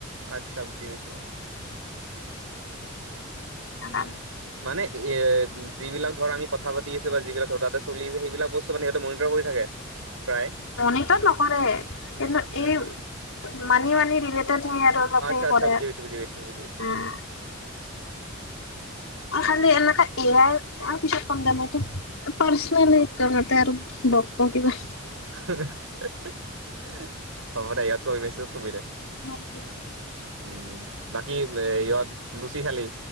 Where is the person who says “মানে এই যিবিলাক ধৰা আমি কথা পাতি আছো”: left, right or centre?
Right